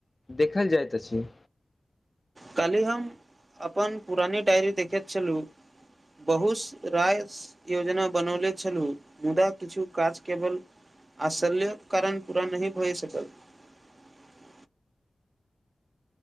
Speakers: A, on the left; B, on the right.
A: देखल जाइत अछि।
B: काल्हि हम अपन पुरानी डायरी देखैत छलहुँ बहुस राय योजना बनौने छलहुँ मुदा किछु काज केवल आश्चल्य कारण पूरा नहि भए सकल। <unintelligible>